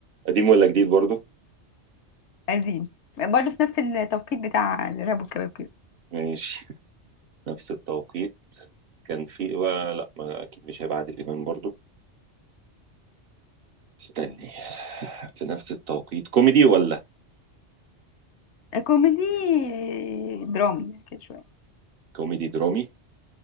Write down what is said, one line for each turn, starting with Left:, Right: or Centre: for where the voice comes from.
Right: قديم ولا جديد برضه
Left: قديم برضه في نفس التوقيت بتاع الارهاب والكباب كده
Right: ماشي نفس التوقيت كان في و- لا ما اكيد مش هيبقى عادل امام برضو استني في نفس التوقيت كوميدي ولا
Left: كوميدي آه، درامي كده شوية
Right: كوميدي درامي